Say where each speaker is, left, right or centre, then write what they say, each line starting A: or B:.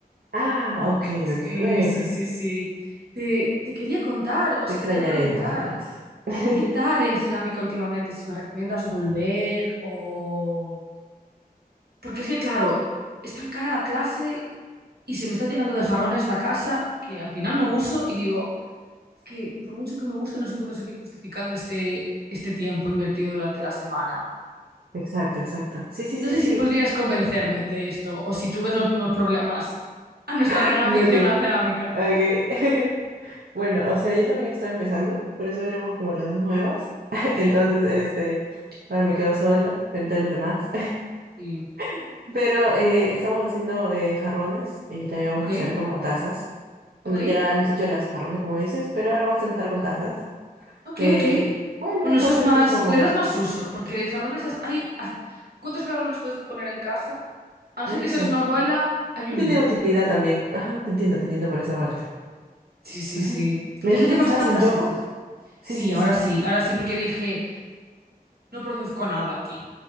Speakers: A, on the right (about 75°); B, on the right (about 85°).
A: Ah, ok,
B: Sí,
A: ok, bueno.
B: sí, sí, sí. Te, te quería contar, o
A: Te
B: sea,
A: extrañaremos
B: te quería preguntar,
A: entonces. <laughs>
B: ¿qué tal en cerámica últimamente? Si me recomiendas volver o... Porque es que, claro, es tan cara la clase y se me está llenando de jarrones la casa que al final no uso y digo, Es que por mucho que me guste, no sé si puedo seguir justificando este, este tiempo invertido durante la semana.
A: Exacto, exacto. Sí, sí,
B: No
A: sí,
B: sé
A: sí.
B: si podrías convencerme de esto o si tú ves los mismos problemas a nuestra
A: <laughs>
B: gran afición
A: No, que,
B: a la cerámica.
A: ok. <laughs> Bueno, o sea, yo también estaba empezando, por eso éramos como las dos nuevas. <laughs>
B: Sí,
A: Entonces, este, ahora me quedo sola frente a los demás.
B: sí.
A: <laughs> Pero eh, estamos haciendo eh, jarrones y también vamos
B: Ok,
A: a hacer como tazas. Bueno,
B: ok,
A: ya hemos hecho las jarrones, como dices, pero ahora vamos a empezar con tazas.
B: ok,
A: Eh,
B: ok.
A: bueno,
B: Bueno,
A: eso
B: eso
A: va
B: es
A: a ser
B: más,
A: el próximo módulo.
B: le das más
A: <laughs>
B: uso, porque de jarrones hasta- hay... hasta- ¿Cuántos jarrones puedes poner en casa? A no
A: Eso.
B: ser que seas una abuela, hay
A: No
B: un
A: tiene
B: límite.
A: utilidad también. Ajá, te entiendo, te entiendo por esa parte.
B: Sí, sí,
A: Ujú.
B: sí. Entonces
A: ¿Me dijiste
B: ya llevas
A: que estabas
B: tazas
A: en yoga?
B: hechas.
A: Sí,
B: Sí,
A: sí, sí.
B: ahora
A: sí.
B: sí, ahora sí, porque dije, No produzco nada aquí,